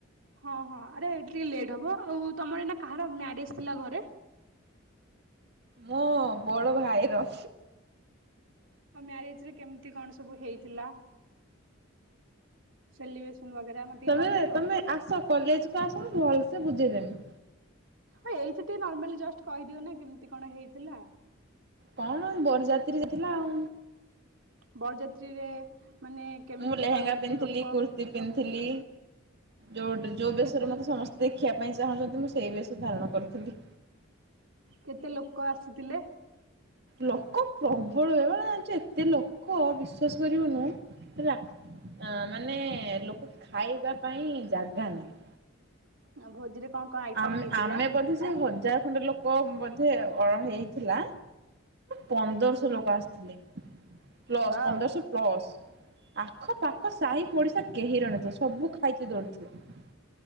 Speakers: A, on the right; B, on the right.
A: ହଁ ହଁ ଆରେ ଟିକେ ଲେଟ୍ ହବ ଆଉ ତମର ଏଇନା କାହାର ମ୍ୟାରେଜ ଥିଲା ଘରେ?
B: ମୋ ବଡ ଭାଇର।
A: ଆଉ ମ୍ୟାରେଜରେ କେମିତି କଣ ସବୁ ହେଇଥିଲା? ସେଲିବ୍ରେସନ ବଗେରା ମୋତେ ଟିକେ
B: ତମେ
A: କହିପାରିବ?
B: ତମେ ଆସ କଲେଜକୁୁ ଆସ ମୁ ଭଲସେ ବୁଝେଇଦେମି।
A: ହଁ ଏଇଠି ଟିକେ ନର୍ମାଲି ଜଷ୍ଟ କହିଦିଅ ନା କେମିତି କଣ ହେଇଥିଲା?
B: କଣ ବରଯାତ୍ରୀ ଯାଇଥିଲୁ ଆଉ।
A: ବରଯାତ୍ରୀରେ ମାନେ କେମିତି
B: ମୁଁ ଲେହେଙ୍ଗା
A: କଣ କେତେ
B: ପିନ୍ଧଥିଲି
A: ଲୋକ
B: କୁର୍ତ୍ତିୀ ପିନ୍ଧଥିଲି ଯୋଉ ଯୋଉ ବେଶରେ
A: କେତେ
B: ମତେ ସମସ୍ତେ ଦେଖିବା ପାଇଁ ଚାହୁଁଛନ୍ତି ମୁଁ ସେଇ ବେଷ ଧାରଣ କରିଥିଲି।
A: କେତେ ଲୋକ ଆସିଥିଲେ?
B: ଲୋକ ପ୍ରବଳ ଏ ମାନେ ଜାଣିଚ ଏତେ ଲୋକ ବିଶ୍ଵାସ କରିବନି ହେଲା ମାନେ ଲୋକ ଖାଇବା ପାଇଁ ଜାଗା ନାହିଁ।
A: ଆ ଭୋଜିରେ କଣ କଣ ଆଇଟମ
B: ଆମ
A: ହେଇଥିଲା?
B: ଆମେ ବୋଧେ ସେ ହଜାର ଖଣ୍ଡେ ଲୋକ ବୋଧେ ଅଳ ହେଇଥିଲା। ପନ୍ଦରଶହ ଲୋକ ଆସିଥିଲେ। ପ୍ଲସ
A: ୱାଓ
B: ପନ୍ଦରଶହ ପ୍ଲସ। ଆଖପାଖ ସାହି ପଡ଼ିଶା କେହି ରହିନଥିଲେ। ସବୁ ଖାଇତେ ଦୌଡ଼ିଥିଲେ।